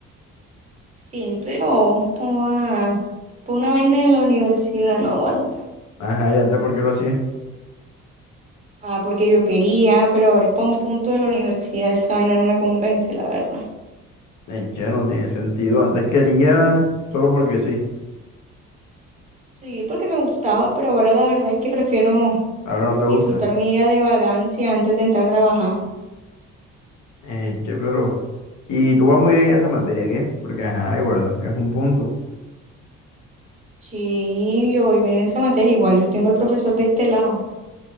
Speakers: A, on the right; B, on the left.
A: Sí, pero, joda, por una vaina de la universidad no aguanta.
B: Ajá, y antes, ¿por qué lo hacías?
A: Ah, porque yo quería, pero ahora es para un punto de la universidad, esa vaina no me convence, la verdad.
B: Eh, ya no tiene sentido. Antes quería solo porque sí,
A: Sí, porque me gustaba, pero ahora la verdad es que prefiero
B: ahora no te
A: disfrutar
B: gusta.
A: mi día de vagancia antes de entrar a trabajar.
B: Eh, che, pero. Y tú vas muy bien en esa materia, ¿qué? Porque, ajá, igual, es un punto.
A: Sí, yo voy bien en esa materia, igual yo tengo al profesor de este lado.